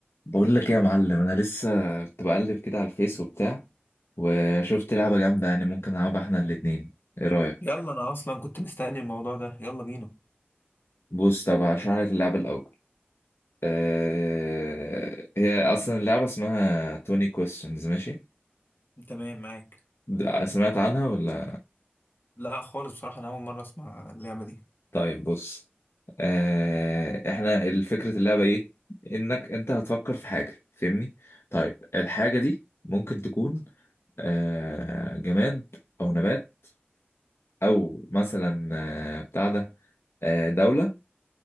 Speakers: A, on the left; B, on the left.
A: بقول لك ايه يا معلم انا لسه كنت بقلب كده على الفيس وبتاع وشفت لعبه جامده يعني ممكن نلعبها احنا الاتنين ايه رايك
B: يلا انا اصلا كنت مستني الموضوع ده يلا بينا
A: بص طب هشرح لك اللعبه الاول أه... هي اصلا اللعبه اسمها 20 questions ماشي
B: تمام معاك
A: د- سمعت عنها ولا
B: لا خالص بصراحة انا اول مرة اسمع اللعبة دي
A: طيب بص أه... احنا الفكره اللعبه ايه انك انت هتفكر في حاجه فاهمني طيب الحاجه دي ممكن تكون أه... جماد او نبات او مثلا آه، بتاع ده آه، دولة